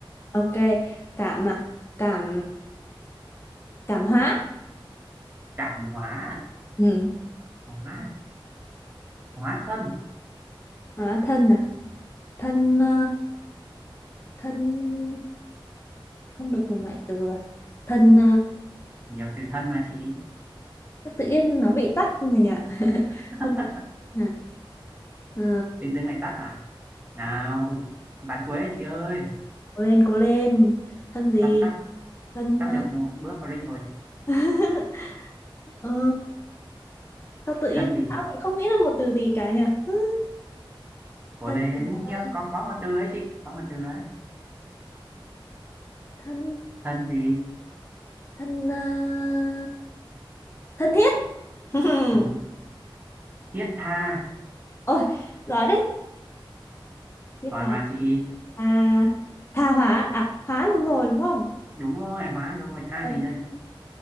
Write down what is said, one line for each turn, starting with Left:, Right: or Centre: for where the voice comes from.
Left: ok, cảm à, cảm cảm hóa.
Right: cảm hóa à?
Left: Ừm,
Right: hóa hóa thân
Left: hóa thân à? thân ờ, thân không được dùng loại từ rồi thân
Right: nhiều từ thân mà chị
Left: ờ, tự nhiên nó bị tắc rồi nhỉ <laughs>
Right: <laughs>
Left: thân gì? à, ờ,
Right: tình dưới ngày tắt à nào ván cuối rồi chị ơi
Left: cố lên cố lên thân gì
Right: sắp sắp
Left: thân
Right: sắp
Left: ờ,
Right: được một bữa free rồi
Left: <laughs> ờ, sao tự nhiên
Right: thân gì
Left: tao
Right: chị
Left: mình không nghĩ là một từ gì cả nhỉ Ừ,
Right: cố
Left: thân
Right: lên
Left: gì ta?
Right: nhá có có một từ ấy chị có một từ đấy
Left: thân
Right: thân gì
Left: thân ờ, thân thiết <laughs>
Right: Ừ, thiết tha
Left: ôi giỏi đấy thiết
Right: còn
Left: tha
Right: mà chị
Left: tha tha hóa à hóa luôn rồi đúng không
Right: đúng rồi hóa rồi tha
Left: Ôi,
Right: gì đây chị